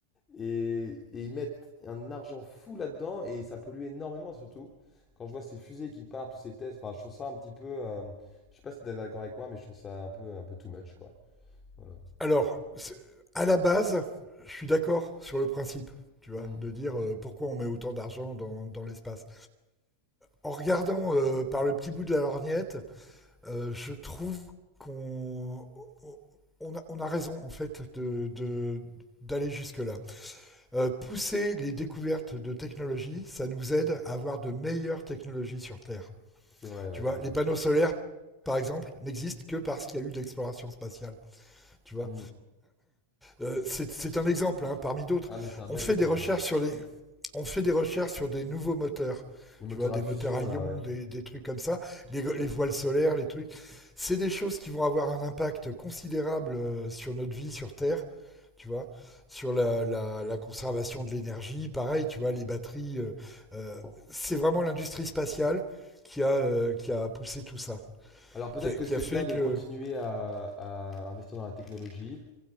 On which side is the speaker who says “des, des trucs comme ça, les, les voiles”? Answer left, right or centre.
Centre